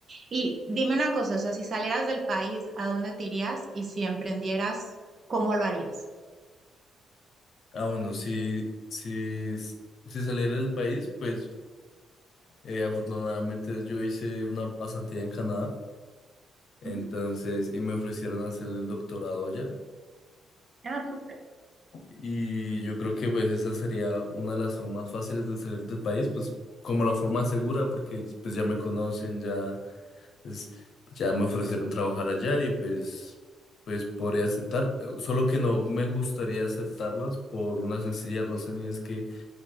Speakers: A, on the right; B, on the left.
A: Y dime una cosa, o sea, si salieras del país, ¿a dónde te irías? Y si emprendieras, ¿cómo lo harías?
B: Ah, bueno, si, si, si salir del país, pues eh, afortunadamente yo hice una pasantía en Canadá, entonces,
A: Ujú.
B: y me ofrecieron hacer el doctorado allá.
A: Ah, súper.
B: Y yo creo que pues esa sería una de las formas fáciles de salir del país, pues como la forma segura, porque pues ya me conocen, ya Entonces, ya me ofrecieron trabajar allá y pues, pues podría aceptar, solo que no me gustaría aceptarlas por una sencilla razón y es que